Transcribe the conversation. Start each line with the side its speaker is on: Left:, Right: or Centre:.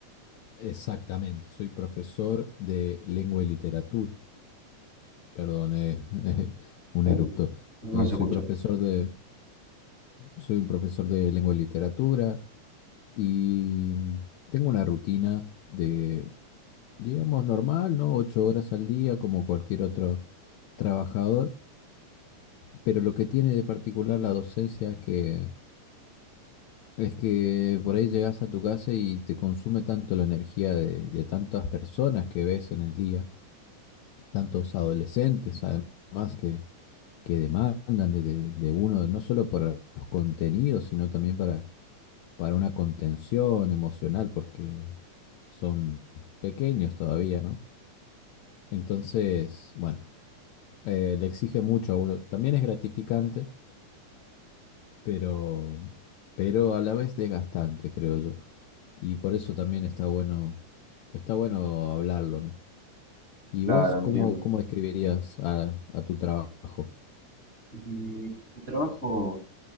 Left: Exactamente, soy profesor de lengua y literatura. Perdón, eh, <laughs> eh, un
Right: Eh,
Left: erupto.
Right: no
Left: Eh,
Right: se
Left: soy
Right: escucha.
Left: profesor de, soy profesor de lengua y literatura y tengo una rutina de, digamos, normal, ¿no? Ocho horas al día, como cualquier otro trabajador. Pero lo que tiene de particular la docencia es que Es que por ahí llegas a tu casa y te consume tanto la energía de, de tantas personas que ves en el día, tantos adolescentes además que, que demandan de, de- de uno, no solo por los contenidos, sino también para, para una contención emocional, porque son pequeños todavía, ¿no? Entonces, bueno, eh, le exige mucho a uno. También es gratificante pero, pero a la vez desgastante, creo yo. Y por eso también está bueno, está bueno hablarlo, ¿no? ¿Y
Right: Claro,
Left: vos cómo,
Right: entiendo.
Left: cómo describirías a, a tu trabajo?
Right: Y mi trabajo